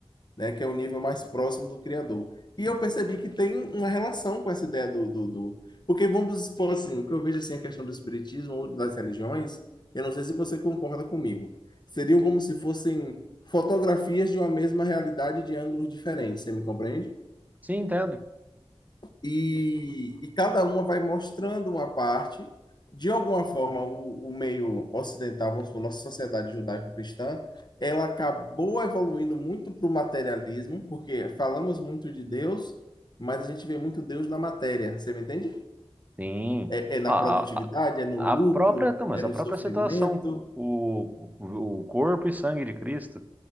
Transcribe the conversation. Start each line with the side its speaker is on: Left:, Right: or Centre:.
Left: né, que é o nível mais próximo do criador. E eu percebi que tem uma relação com essa ideia do, do, do- Porque vamos supor assim, o que eu vejo assim, a questão do espiritismo ou das religiões, eu não sei se você concorda comigo, seriam como se fossem fotografias de uma mesma realidade de ângulos diferentes, você me compreende?
Right: Sim, entendo.
Left: e, e cada uma vai mostrando uma parte. De alguma forma, o, o meio ocidental, vamos supor, nossa sociedade judaico-cristã, ela acabou evoluindo muito para o materialismo, porque falamos muito de Deus, mas a gente vê muito Deus na matéria, você me entende?
Right: Sim,
Left: É, é na
Right: Ah,
Left: produtividade, é no
Right: a,
Left: lucro,
Right: a, a própria, não, mas
Left: é
Right: a
Left: no
Right: própria
Left: sofrimento,
Right: situação, o, o, o corpo e sangue de Cristo,